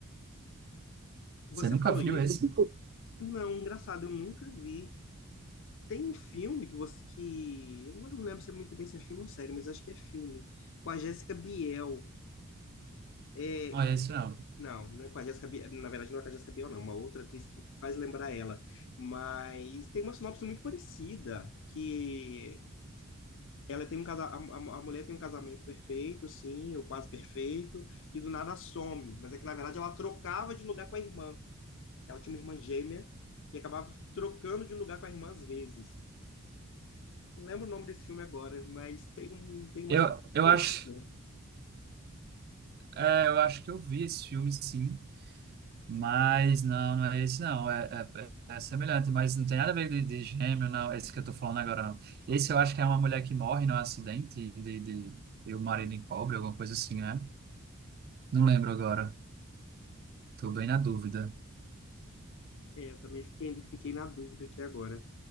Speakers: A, on the left; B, on the right.
A: Você
B: Você nunca
A: falou
B: viu
A: isso?
B: esse?
A: Não, engraçado, eu nunca vi. Tem um filme que você que eu não lembro se é muito bem se é filme ou série, mas acho que é filme, com a Jéssica Biel. É,
B: Não é esse, não.
A: Não, não é com a Jéssica Biel, na verdade não é com a Jéssica Biel, não, é uma outra atriz que faz lembrar ela. Mas tem uma sinopse muito parecida, que ela tem um casa, a, a- a mulher tem um casamento perfeito, sim, ou quase perfeito, e do nada some. Mas é que na verdade ela trocava de lugar com a irmã. Ela tinha uma irmã gêmea e acabava trocando de lugar com a irmã às vezes. Não lembro o nome desse filme agora, mas tem, um- tem uma
B: Eu,
A: sinopse muito
B: eu
A: parecida.
B: acho, é, eu acho que eu vi esse filme, sim, mas não, não é esse, não. É, é, é é semelhante, mas não tem nada a ver de, de gêmeo, não. Esse que eu tô falando agora, não. Esse eu acho que é uma mulher que morre num acidente e, de, de, e o marido encobre, alguma coisa assim, né? Não lembro agora. Tô bem na dúvida.
A: É, eu também fiquei, fiquei na dúvida aqui agora.